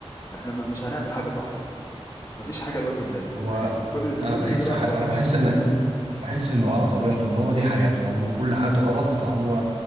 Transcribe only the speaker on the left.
احنا ما مش هنعمل حاجة صح ما فيش حاجة لوجه الله،
إحنا كل دل
كل
دلوقتي
غلط.